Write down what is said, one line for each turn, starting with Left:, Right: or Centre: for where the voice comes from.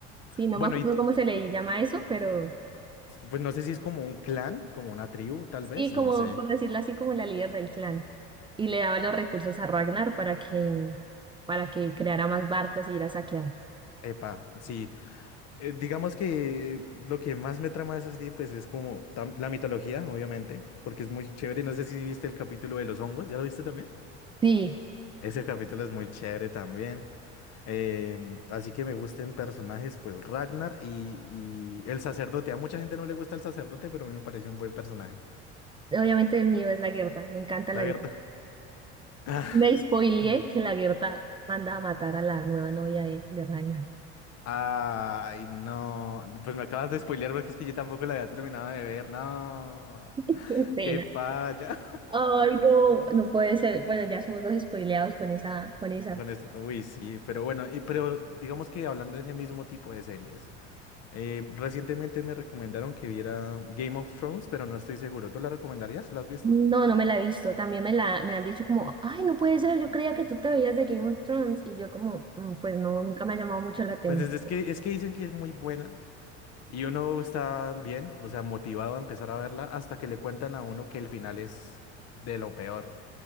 Right: sí, no
Left: Bueno,
Right: me acuerdo
Left: y te-
Right: cómo se le llama eso, pero
Left: pues no sé si es como un clan, como una tribu, tal
Right: sí,
Left: vez,
Right: como
Left: no sé.
Right: por decirlo así, como la líder del clan. Y le daba los recursos a Ragnar para que, para que creara más barcos y ir a saquear.
Left: Epa, sí. eh, digamos que lo que más me trama de esa serie, pues es como tam- la mitología, obviamente, porque es muy chévere. No sé si viste el capítulo de los hongos, ¿ya lo viste también?
Right: Sí,
Left: Ese capítulo es muy chévere también. Em, así que me gusten personajes, pues Ragnar y, y el sacerdote. A mucha gente no le gusta el sacerdote, pero a mí me pareció un buen personaje,
Right: obviamente el mío es la Gerta, me encanta
Left: la
Right: la
Left: verdad.
Right: Gerta.
Left: <laughs>
Right: Me spoileé
Left: Ajá.
Right: que la Gerta manda a matar a la nueva novia de, de Ragnar.
Left: Ay, no. Pues me acabas de spoilear porque es que yo tampoco la había terminado de ver. No.
Right: <laughs> Qué pena.
Left: Qué falla.
Right: Ay, no, no puede ser. Bueno, ya somos dos spoileados con esa, con esa.
Left: Con eso, uy, sí, pero bueno, y, pero digamos que hablando de ese mismo tipo de series, eh, recientemente me recomendaron que viera Game of Thrones, pero no estoy seguro. ¿Tú la recomendarías? ¿La has visto?
Right: No, no me la he visto. También me la, me han dicho como, ay, no puede ser, yo creía que tú te veías de Game of Thrones. Y yo como, "Mm, pues no, nunca me ha llamado mucho la atención.
Left: Pues es, es que, es que dicen que es muy buena y uno está bien, o sea, motivado a empezar a verla hasta que le cuentan a uno que el final es de lo peor.